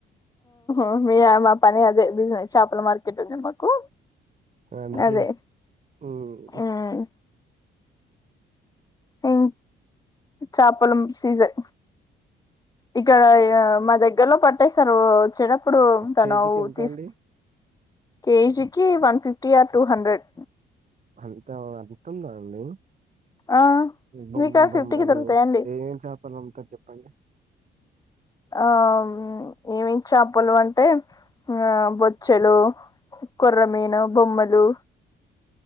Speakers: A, on the left (about 20°); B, on the right (about 40°).
A: ఆ మీ మా పని అదే బిజినెస్ చేపల మార్కెట్ ఉంది మాకు
B: అందుకే
A: అదే
B: మ్
A: ఉం ఇం చేపలం సీజన్ ఇక్కడ మా దగ్గరలో పట్టేస్తారు వచ్చేదప్పుడు తను
B: కేజీకి ఎంత
A: తీస
B: అండి
A: కేజీకి one fifty or two hundred
B: అంతే అంటుందా అండి
A: ఆ
B: బొమ్
A: మీకాడ
B: బొమ్మలు
A: ఫిఫ్టీకి దొరుకుతాయండి
B: ఏం ఏం చేపలు వండుతారు చెప్పండి
A: ఆ ఎమ్ ఎమ్ చేపలు అంటే ఆ బొచ్చలు కొరెమినా బొమ్మలు